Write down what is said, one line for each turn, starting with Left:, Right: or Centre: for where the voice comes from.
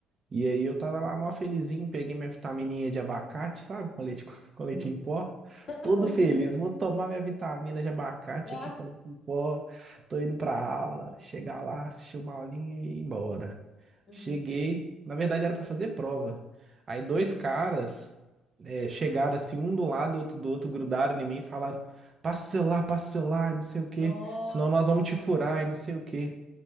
Right: e aí eu tava lá mó felizinho, peguei minha vitamininha de abacate, sabe? Com leite, <laughs> com leite
Left: Sim.
Right: em pó.
Left: <laughs>
Right: Todo feliz,
Left: Que legal.
Right: vou tomar minha vitamina de abacate
Left: Ah.
Right: aqui com leite em pó. Tô indo pra aula,
Left: Uhum,
Right: chegar lá, assistir uma aulinha e ir embora.
Left: uhum,
Right: Cheguei, na verdade era pra fazer prova. Aí dois
Left: uhum.
Right: caras eh, chegaram assim, um do lado, outro do outro, grudaram em mim e falaram: passa o celular, passa o celular, e não sei o quê,
Left: Nossa,
Right: senão nós vamos te furar e não sei o quê.